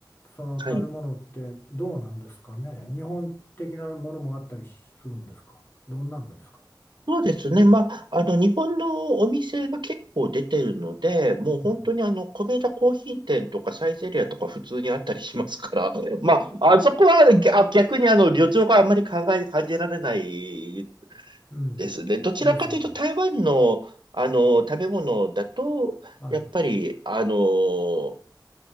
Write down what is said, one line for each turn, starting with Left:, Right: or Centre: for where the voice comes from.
Left: その食べ物ってどうなんですかね。
Right: はい。
Left: 日本的なものもあったりするんですか。どんなんですか。
Right: そうですね。まあ、あの、日本のお店が結構出てるので、もう本当にあの、
Left: うん。
Right: 米田コーヒー店とかサイゼリアとか普通にあったりしますから、<laughs> まあ、あそこはねぎゃ逆にあの、旅情があんまり考え、感じられない
Left: うん。
Right: ですね。どちらかというと、
Left: ですね。
Right: 台湾の、あの、食べ物だと、
Left: はい。
Right: やっぱり、あの、